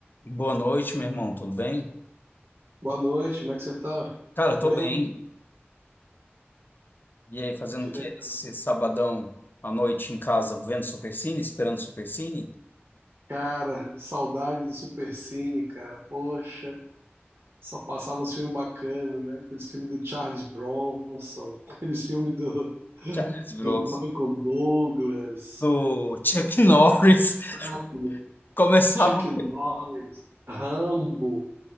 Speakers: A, on the left; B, on the right.
A: Boa noite, meu irmão, tudo bem?
B: Boa noite, como é que você tá?
A: Cara,
B: Tudo
A: eu tô
B: bem?
A: bem. E aí, fazendo
B: Que
A: o
B: legal.
A: que nesse sabadão à noite em casa, vendo Supercine, esperando Supercine?
B: Cara, saudade do Supercine, cara. Poxa, só passava uns filmes bacanas, né? Aqueles filmes do Charles Bronson, <laughs> aqueles filmes do,
A: Já virou
B: do Michael Douglas,
A: do Chuck Norris. <laughs>
B: Chaplin,
A: Começava,
B: Chuck Norris, Rambo.